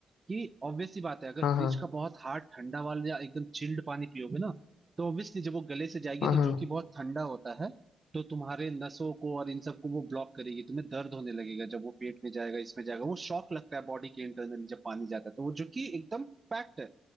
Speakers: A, on the right; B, on the left.
A: कि ऑब्वियसली बात है अगर
B: हाँ
A: फ्रिज
B: हाँ
A: का बहुत हार्ड ठंडा वाला या एकदम चिल्ड पानी पियोगे ना तो ऑब्वियसली जब वो गले से जाएगी
B: हाँ
A: तो
B: हाँ
A: जो कि बहुत ठंडा होता है तो तुम्हारे नसों को और इन सबको वो ब्लॉक करेगी तुम्हें दर्द होने लगेगा जब वो पेट में जाएगा इसमें जाएगा वो शॉक लगता है बॉडी के इंटरनल जब पानी जाता है तो वो जो कि एकदम फैक्ट है